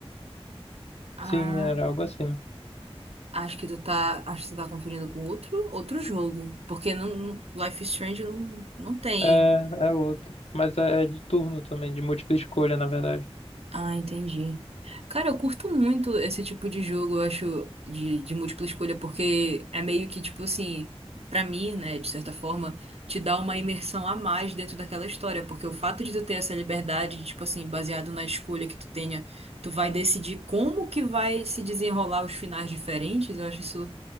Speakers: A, on the right; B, on the left.
A: Ah,
B: Sim, era algo assim.
A: acho que tu tá, acho que tu tá confundindo com outro, outro jogo. Porque não, não- Life is Strange não, não tem.
B: É, é outro. Mas é, é de turno também, de múltipla escolha, na verdade.
A: Ah, entendi. Cara, eu curto muito esse tipo de jogo, eu acho, de, de múltipla escolha, porque é meio que, tipo assim, pra mim, né, de certa forma, te dá uma imersão a mais dentro daquela história, porque o fato de tu ter essa liberdade, de, tipo assim, baseado na escolha que tu tenha, tu vai decidir como que vai se desenrolar os finais diferentes, eu acho isso